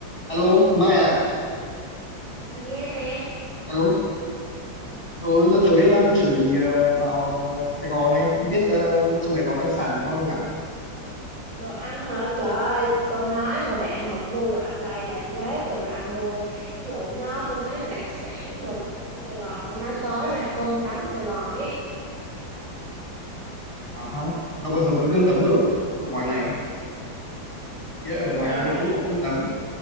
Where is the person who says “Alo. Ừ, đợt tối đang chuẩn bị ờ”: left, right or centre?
Left